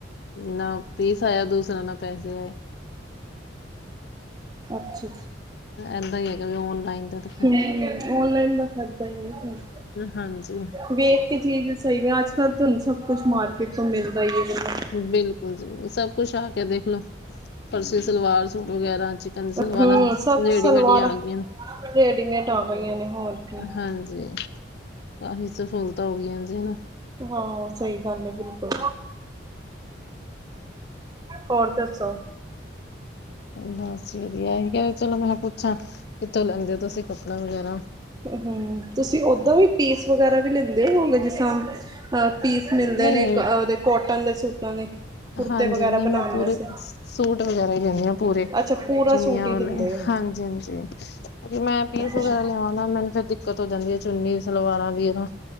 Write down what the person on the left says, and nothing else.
ਨਾ ਪੀਸ ਆਇਆ, ਦੂਸਰਿਆ ਨਾਲ ਪੈਸੇ ਆਏ।
ਏਦਾਂ ਹੀ ਹੈਗਾ ਵੀ ਔਨਲਾਈਨ ਦਾ ਤਾਂ
ਹਾਂਜੀ।
ਬਿਲਕੁਲ ਜੁ ਸਭ ਕੁਛ ਆ ਕੇ ਦੇਖਲੋ, ਫਰਸੀ ਸਲਵਾਰ ਸੂਟ ਵਗੈਰਾ ਚ ਕਹਿੰਦੀ, ਸਲਵਾਰਾਂ
ਰੇਡੀ
ਮੇਡ ਆ ਗਈਆਂ ਨੇ
ਹਾਂਜੀ ਕਾਫ਼ੀ ਸਫੂਲਤਾਂ ਹੋ ਗਈਆਂ ਜੀ ਹਨਾ,
ਬਸ ਵਧੀਆ ਕ ਚਲੋ ਮੈਂ ਪੁੱਛਾਂ ਕਿੱਥੋਂ ਲੈਂਦੇ ਹੋ ਤੁਸੀਂ ਕੱਪੜਾ ਵਗੈਰਾ
ਨਹੀਂ
ਨਹੀਂ
ਹਾਂਜੀ,
ਨਹੀਂ ਮੈਂ
ਪੂਰੇ
ਸੂਟ ਵਗੈਰਾ ਹੀ ਲਦੀ ਹਾਂ ਪੂਰੇ
ਚੁਨੀਆਂ
ਵਾਲੇ,
ਹਾਂਜੀ ਹਾਂਜੀ। ਮੈਂ ਪੀਸ ਵਗੈਰਾ
ਲਿਆਵ ਨਾ ਮੈਨੂੰ ਫੇਰ ਦਿੱਕਤ ਹੋ ਜਾਂਦੀ ਹੈ ਚੁੰਨੀ ਸਲਵਾਰਾਂ ਦੀ ਤਾਂ-